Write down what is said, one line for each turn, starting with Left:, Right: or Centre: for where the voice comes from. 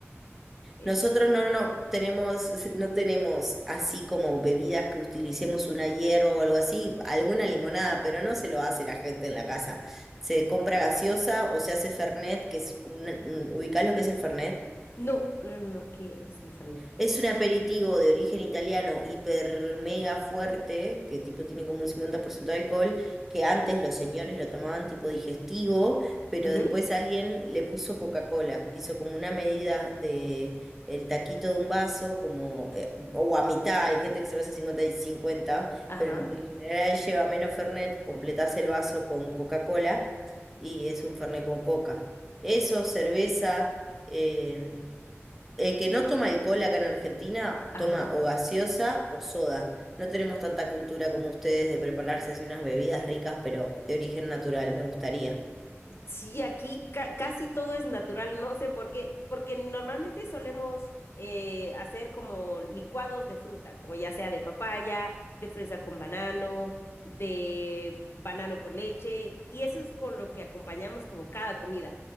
Left: es,
Centre: Nosotros no, no
Left: Ujú.
Centre: tenemos, no tenemos así como bebidas que utilicemos una hierba o algo así, alguna limonada, pero no se lo hace la gente en la casa. Se compra gaseosa o se hace Fernet, que es un, un- ¿ubicás lo que es el Fernet?
Left: no, no, no, no, ¿qué es el Fernet?
Centre: Es un aperitivo de origen italiano hiper mega fuerte, que tipo tiene como un 50% de alcohol, que antes los señores lo tomaban tipo digestivo, pero
Left: Ujú,
Centre: después alguien le puso Coca-Cola, hizo como una medida de el taquito de un vaso, como, eh, o a mitad, hay gente que se lo hace 50 y 50
Left: Ajá,
Centre: pero en en general lleva menos Fernet, completás el vaso con Coca-Cola y es un Fernet con Coca. Eso, cerveza. eh, el que no toma alcohol acá en Argentina
Left: ajá.
Centre: toma o gaseosa o soda. No tenemos tanta cultura como ustedes de prepararse así unas bebidas ricas, pero de origen natural, me gustaría.
Left: Sí, aquí ca- casi todo es natural, no sé por qué, porque normalmente solemos eh, hacer como licuados de fruta, como ya sea de papaya, de fresa con banano, de banano con leche, y eso es con lo que acompañamos como cada comida.